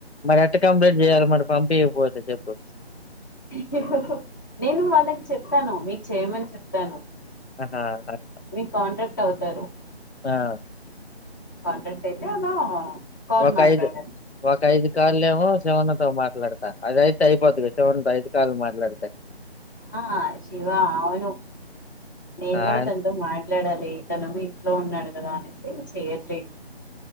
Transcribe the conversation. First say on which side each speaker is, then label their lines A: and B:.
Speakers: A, on the left; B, on the left.
A: మరి ఎట్లా కంప్లీట్ చేయాలి మరి పంపింయకపోతే చెప్పు.
B: ఇహ్ ఇహ్ ఆహ్ నేను వాళ్ళకు చెప్తాను మీకు చేయమని చెప్తాను.
A: ఆహ్ కరెక్ట్.
B: మీకు కాంటాక్ట్ అవుతారు.
A: ఆహ్.
B: కాంటాక్ట్ అయితే అలా. కాల్
A: ఒక
B: మాట్లాడాలి
A: ఐదు ఒక ఐదు కాల్ ఏమో. శివన్న తో మాట్లాడతా అది అయితే అయిపోతాదిగ శివన్న తో ఐదు కాలు మాట్లాడితే.
B: ఆహ్ శివ అవును నేను
A: ఆ!
B: కూడా
A: ఆయన
B: తనతో మాట్. మాట్లాడాలి తను ఇంట్లో ఉన్నాడు కదా అనేసి చేయట్లేదు.